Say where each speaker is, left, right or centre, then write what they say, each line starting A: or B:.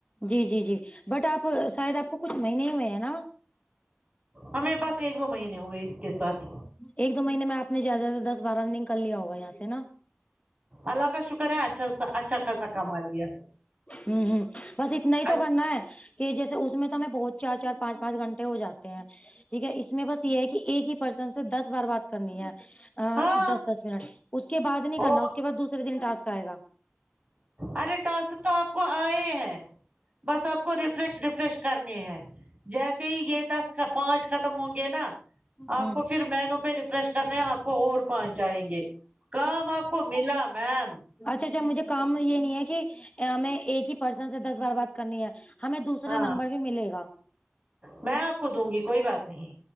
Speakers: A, on the left (about 30°); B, on the right (about 35°).
A: جی جی جی بٹ آپ شاید آپ کو کچھ مہینے ہی ہوئے ہیں نا
B: ہمیں بس ایک دو مہینے ہوئے اس کے ساتھ
A: ایک دو مہینے میں آپ نے زیادہ زیادہ دس بارہ رنگ کر لیا ہوگا یہاں سے نا
B: اللہ کا شکر ہے اچھاا اچھا خاصا کما لیا
A: ہوں ہ بس اتنا ہی تو
B: اچ-
A: کرنا ہے کہ جیسے اس میں تو ہمیں بہت چار چار پانچ پانچ گھنٹے ہو جاتے ہیں ٹھیک ہے اس میں بس یہ ہے کہ ایک ہی پرسن سے دس بار بات کرنی ہے ہ
B: ہاں
A: دس دس منٹ اس کے بعد نہیں کرنا
B: اور
A: اس کے بعد دوسرے دن ٹسک آئے گا
B: ارے ٹاس تو آپ کو آئے ہے بس آپ کو ریفریش ریفریش کرنی ہے جیسے ہی یہ دس پانچ ختم ہوں گے نا آپ
A: ہ
B: کو پھر مینو پہ ریفریش کرنے آپ کو اور پہنچائیں گے کام آپ کو ملا میم
A: اچھا اچھا مجھے کام یہ نہیں ہے کہ ہمیں ایک ہی پرسن سے دس بار بات کرنی ہے ہمیں دوسرا
B: ہاں
A: نمبر بھی ملے گا
B: میں آپ کو دوں گی کوئی بات نہیں